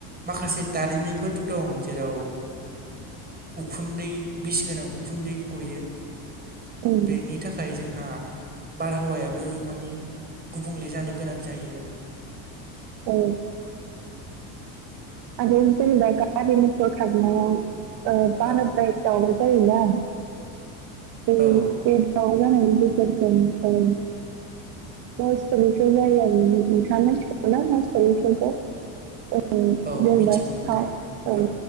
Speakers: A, on the right; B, on the right.
A: माखासे दारिमिनफोर दं। जेराव उखुन्दै बिस गोनां उखुन्दै गयो
B: ओं
A: बेनि बेनि थाखाय जोंहा बारहावायाबो मानि गुबुंले जानो गोनां जायो आरो
B: औ। आरो जेनेबा गारि मथर खारनायाव ओ बाराद्राय
A: औ
B: दावाव जायो ना बे
A: औ
B: बे दावराव जानायनि गेजेरजों ओं बयस फोरनिफ्राय जायो आरो नों नोंथाङा मिथिखागौना <unintelligible> ओ जेनेबा
A: औ मिथिगौ
B: सा
A: नोंथां
B: ओ
A: औ